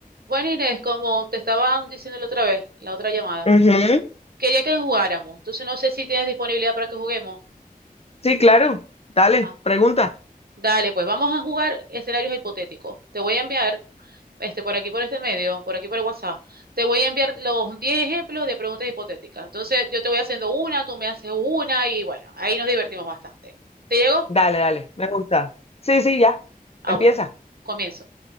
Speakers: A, on the right; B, on the left.
A: Bueno, Inés, como te estaba diciendo la otra vez, la otra llamada,
B: Ujú,
A: quería que jugáramos. Entonces no sé si tienes disponibilidad para que juguemos.
B: Sí, claro. Dale,
A: Ah,
B: pregunta.
A: dale, pues vamos a jugar escenarios hipotéticos. Te voy a enviar, este, por aquí, por este medio, por aquí, por el WhatsApp, te voy a enviar los 10 ejemplos de preguntas hipotéticas. Entonces yo te voy haciendo una, tú me haces una y bueno, ahí nos divertimos bastante. ¿Te llegó?
B: Dale, dale, me gusta. Sí, sí, ya.
A: Ah,
B: Empieza.
A: bueno, comienzo.